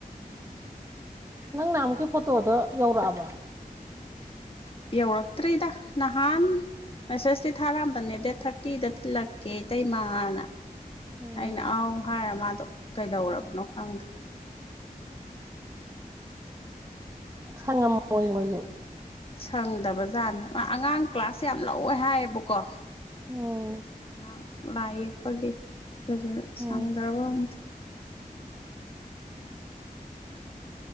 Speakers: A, on the right; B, on the left.
A: ꯅꯪ ꯅꯍꯥꯟ ꯑꯃꯣꯛꯀꯤ ꯐꯣꯇꯣꯗꯣ ꯌꯧꯔꯛꯑꯕ
B: ꯌꯧꯔꯛꯇ꯭ꯔꯤꯗ ꯅꯍꯥꯟ ꯃꯦꯁꯦꯁꯇꯤ ꯊꯥꯔꯝꯕꯅꯦ ꯗꯦꯠ ꯊꯥꯔꯇꯤꯗ ꯊꯤꯜꯂꯛꯀꯦ ꯏꯇꯩꯃꯥꯅ
A: ꯎꯝ
B: ꯑꯩꯅ ꯑꯥꯎ ꯍꯥꯏꯔ ꯃꯥꯗꯣ ꯀꯩꯗꯧꯔꯕꯅꯣ ꯈꯪꯗꯦ
A: ꯈꯡꯉꯝꯃꯣꯏ ꯃꯣꯏꯁꯨ
B: ꯁꯪꯗꯕ ꯖꯥꯠꯅꯦ ꯑꯉꯥꯡ ꯀ꯭ꯂꯥꯁꯦ ꯌꯥꯝ ꯂꯧꯋꯦ ꯍꯥꯏꯌꯦꯕꯀꯣ
A: ꯑꯣꯝ
B: ꯑꯉꯥꯡ ꯂꯥꯏ ꯌꯦꯛꯄꯒꯤ ꯑꯗꯨꯗꯨꯅꯥ
A: ꯎꯝ
B: ꯁꯪꯗ꯭ꯔꯕ ꯈꯪꯗꯦ